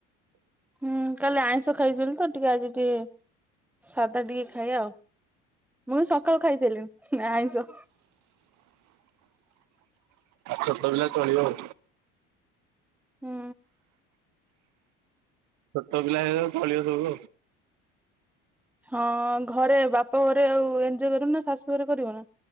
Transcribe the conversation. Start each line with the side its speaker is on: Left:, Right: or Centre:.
Centre: ହୁଁ କାଲି ଆଇଁଷ ଖାଇଚନ୍ତି ତ। ଟିକେ ଆଜି ଟିକେ ସାଧା ଟିକେ ଖାଇଆ ଆଉ। ମୁଁ ସକାଳୁ ଖାଇସାରିଲିଣି ଆଇଁଷ।
Right: ଛୋଟ ପିଲା ଚଳିବ ଆଉ।
Centre: ହୁଁ।
Right: ଛୋଟ ପିଲା ହେଇଗଲେ ଚଳିବ ଶବୁ।
Centre: ହଁ ଘରେ ବାପ ଘରେ ଆଉ ଏଞଜୟ କରିବୁ ନା ଶାଶୁ ଘରେ କରିବୁ ନା।